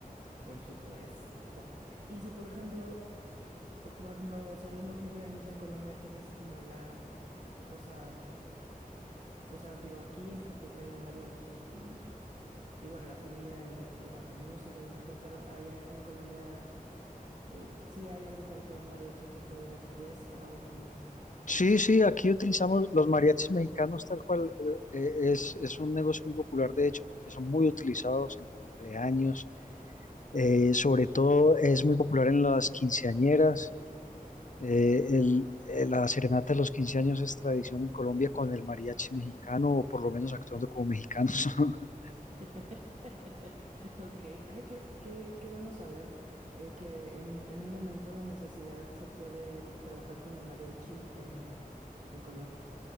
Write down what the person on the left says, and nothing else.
Sí, sí, aquí utilizamos los mariachis mexicanos tal cual. eh, eh, es, es un negocio muy popular, de hecho, porque son muy utilizados en cumpleaños. eh, sobre todo es muy popular en las quinceañeras. eh, el- eh, la serenata de los quince años es tradición en Colombia con el mariachi mexicano, o por lo menos actuando como mexicanos. <laughs>